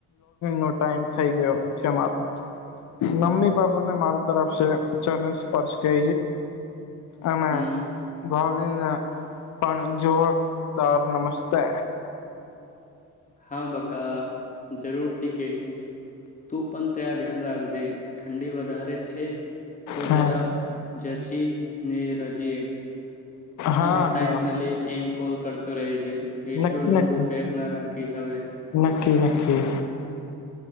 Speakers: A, on the left; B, on the left.
A: નો ટાઈમ થઈ ગયો છે મમ્મી પાપાને માર તરફ ચરન સ્પર્શ છે. અને
B: હમ
A: ભાવે પણ જોરદાર. નમસ્તે
B: હા બકા. જરૂરથી કે <unintelligible> તું પણ તયા ધ્યાન રા જે ઠંડી વધારે જ છે. તો
A: હા
B: જરા જસી. નેરાજીએ.
A: હા
B: અને ટાઈમ
A: હા
B: મલે એમ કોલ કરતો રેહજે. એટલું
A: નક્કી
B: લંબુ
A: નક્કી
B: ગેપના રાખીશ હવે.
A: નક્કી નક્કી.